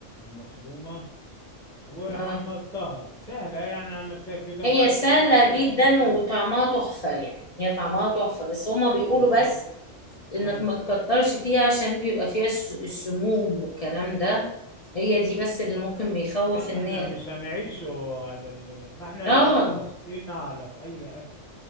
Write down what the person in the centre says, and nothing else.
مفرومه وحمرتها
سهله يعني عملتها كده
وبعد
كده
اكلت
بس هو
اه
لا ما
احنا مش هنعيشه على ال... ما احنا
لو بصينا على اي اكل